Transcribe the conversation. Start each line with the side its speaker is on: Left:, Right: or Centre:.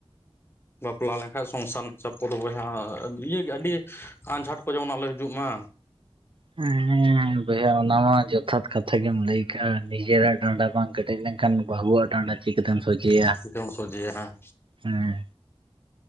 Left: ᱵᱟᱯᱞᱟ ᱞᱮᱝᱠᱷᱟᱡ ᱥᱚᱝᱥᱟᱨ ᱱᱟᱜ ᱪᱟᱯ ᱠᱚᱫᱚ ᱵᱚᱭᱦᱟ ᱞᱤᱭᱟᱹᱜᱮ ᱟᱹᱰᱤ ᱟᱸᱡᱷᱟᱴ ᱠᱚ ᱡᱮᱢᱱᱟᱜ ᱟᱞᱚ ᱦᱤᱡᱩᱜ ᱢᱟ
Right: ᱦᱮᱸᱻ ᱵᱚᱭᱦᱟ ᱚᱱᱟ ᱢᱟ ᱡᱚᱛ ᱡᱚᱛᱷᱟᱛ ᱠᱟᱛᱷᱟ ᱜᱮᱢ ᱞᱟᱹᱭ ᱠᱟᱜ-ᱟ ᱱᱤᱡᱮᱨᱟᱜ ᱰᱟᱸᱰᱟ ᱵᱟᱝ ᱠᱮᱴᱮᱡ ᱞᱮᱝᱠᱷᱟᱱ ᱵᱟᱹᱦᱩᱣᱟᱜ ᱰᱟᱸᱰᱟ ᱪᱤᱠᱟᱹ ᱛᱮᱢ ᱥᱚᱡᱷᱮᱭᱟ
Left: ᱪᱤᱠᱟᱹᱢ ᱥᱚᱡᱷᱮᱭᱟ ᱦᱮᱸ
Right: ᱦᱮᱸ